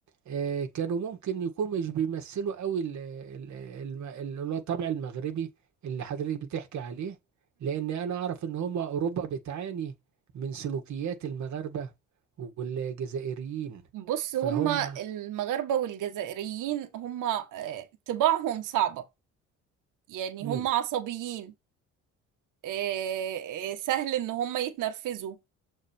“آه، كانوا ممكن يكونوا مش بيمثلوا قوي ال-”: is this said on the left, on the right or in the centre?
Right